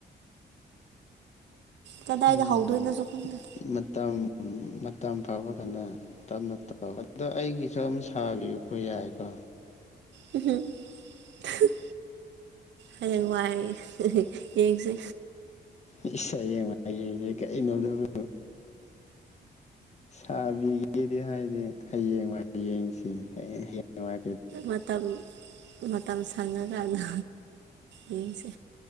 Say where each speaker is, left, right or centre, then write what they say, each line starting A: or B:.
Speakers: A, on the right; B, on the left.
A: ꯀꯗꯥꯏꯗ
B: ꯎꯝ
A: ꯍꯧꯗꯣꯏꯅꯣꯁꯨ ꯈꯪꯗꯦ
B: ꯃꯇꯝ ꯎꯝ ꯃꯇꯝ ꯐꯥꯕ ꯀꯥꯟꯗ ꯇꯞꯅ ꯇꯧ ꯑꯗꯣ ꯑꯩꯒꯤꯁꯨ ꯑꯃ ꯁꯥꯕꯤꯌꯨꯀꯣ ꯌꯥꯏꯀꯣ
A: <unintelligible> ꯍꯌꯦꯡ ꯋꯥꯏ ꯌꯦꯡꯁꯤ
B: ꯏꯁ ꯍꯌꯦꯡ ꯋꯥꯏ ꯌꯦꯡꯁꯦ ꯀꯩꯅꯣ ꯑꯗꯨꯕꯨ ꯁꯕꯤꯒꯦ ꯗꯤ ꯍꯥꯏꯗꯦ ꯍꯌꯦꯡ ꯋꯥꯏ ꯌꯦꯡꯁꯦ ꯍꯌꯦꯡ ꯋꯥꯏ
A: ꯃꯇꯝ ꯃꯇꯝ ꯁꯪꯉꯀꯥꯟꯗꯣ ꯌꯦꯡꯁꯦ